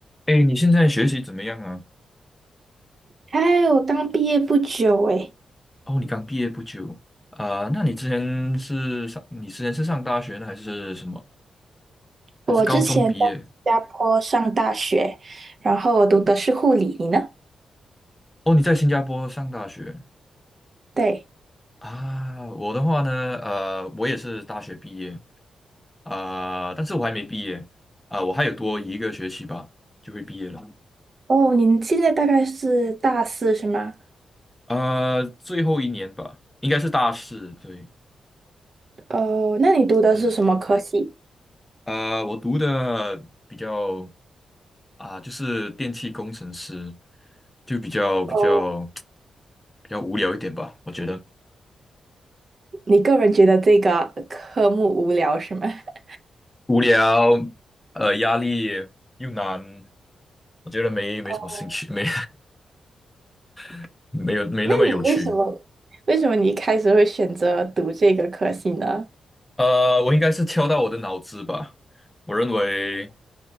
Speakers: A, on the left; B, on the right.
A: 哎，你现在学习怎么样啊？
B: 还我刚毕业不久诶，
A: 哦，你刚毕业不久啊，那你之前是上，你之前是上大学呢，还是什么？还是高中毕业？
B: 我之前在新加坡上大学，然后我读的是护理，你呢？
A: 哦，你在新加坡上大学
B: 对，
A: 啊？我的话呢，呃，我也是大学毕业啊，但是我还没毕业啊，我还有多一个学期吧，就会毕业了
B: 哦，你现在大概是大四是吗？
A: 啊，最后一年吧，应该是大四，对，
B: 哦，那你读的是什么科系？
A: 是呃，我读的比较啊，就是电气工程师，就比较比较。
B: 哦，
A: 比较无聊一点吧，我觉得
B: 你个人觉得这个科目无聊是吗？<laughs>
A: 无聊，呃，压力又难，我觉得没没什么兴趣，
B: 哦，
A: 没 <laughs> 没有没那么有趣。
B: 那你为什么为什么你一开始会选择读这个科系呢？
A: 呃，我应该是敲到我的脑子吧。我认为，